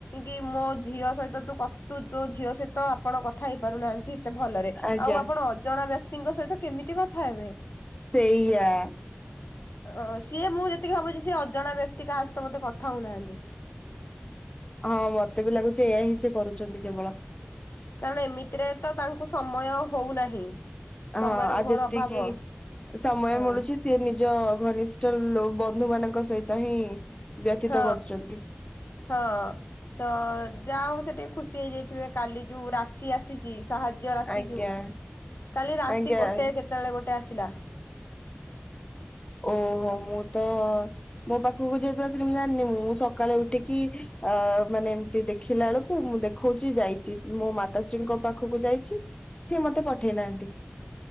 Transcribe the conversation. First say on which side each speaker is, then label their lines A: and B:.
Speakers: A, on the left; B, on the left.
A: କି ମୋ ଝିଅ ସହିତ ତୁ କ ତୁ ତୋ ଝିଅ ସହିତ ଆପଣ କଥା ହେଇ ପାରୁନାହାନ୍ ନ୍ତି ଭଲରେ
B: ଆଜ୍ଞା
A: ଆଉ ଆପଣ ଅଜଣା ବ୍ୟକ୍ କ୍ତିଙ୍କ ସହିତ କେମିତି କଥା ହେବେ?
B: ସେଇଆ
A: ଓ ସିଏ ମୁଁ ଯେତିକି ଭାବୁଚି ସିଏ ଅଜଣା ବ୍ୟକ୍ତି କାହା ସହିତ ବୋଧେ କଥା ହଉନାହାନ୍ତି।
B: ହଁ ମତେ ବି ଲାଗୁଛି ଏହା ହିଁ ସେ କରୁଚନ୍ତି କେବଳ।
A: କାରଣ ଏମିତିରେ ତ ତାଙ୍କୁ ସମୟ ହଉନାହିଁ।
B: ହଁ
A: ସମୟର
B: ଆଉ
A: ଘୋର
B: ଯେତିକି
A: ଅଭାବ
B: ସମୟ
A: ହଁ
B: ମିଳୁଛି ସେ ସେ ନିଜ ଘନିଷ୍ଠ ଲୋ ବନ୍ଧୁ ମାନଙ୍କ ସହିତ ହିଁ ବ୍ୟତୀତ
A: ହଁ।
B: କରୁଛନ୍ତି
A: ହଁ ତ ଯା ହଉ ସେ ଟିକେ ଖୁସି ହେଇଯାଇଥିବେ କାଲି ଯୋଉ ରାଶି ଆସି ଚି ସାହାଯ୍ୟ ଆସିି
B: ଆଜ୍ଞା
A: ଯୋଉ କାଲି ରାତି
B: ଆଜ୍ଞା
A: ଗୋଟେ କେତେବେଳେ ଗୋଟେ ଆସିଲା।
B: ଓହୋ ମୁଁ ତ ମୋ ପାଖକୁ ଯେହେତୁ ଆସିନି ମୁଁ ଜାଣିନି ମୁଁ ସକାଳେ ଉଠିକି ଆ ମାନେ ଏମିତି ଦେଖିଲା ବେଳକୁ ମୁଁ ଦେଖ୍ ଖୋଉଚି ଯାଇଚି ମୋ ମାତାଶ୍ରୀଙ୍କ ପାଖୁକୁ ଯାଇଚି ସିଏ ମତେ ପଠେଇ ନାହାନ୍ତି।